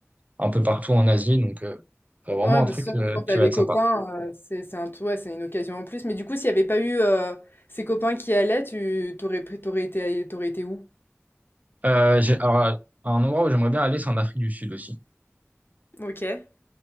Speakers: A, on the right; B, on the left.
A: un peu partout en Asie. Donc, euh, c'est vraiment
B: ouais,
A: un
B: bah,
A: truc
B: c'est sûr
A: euh,
B: que quand t'as
A: qui va
B: des
A: être
B: copains,
A: sympa.
B: heu, c'est c'est un tout ouais, c'est une occasion en plus. Mais du coup, s'il y avait pas eu, heu, ces copains qui allaient, tu t'aurais aurais pris tu été allé tu été où?
A: Euh, j'ai, alors, euh, un endroit où j'aimerais bien aller, c'est en Afrique du Sud aussi.
B: OK.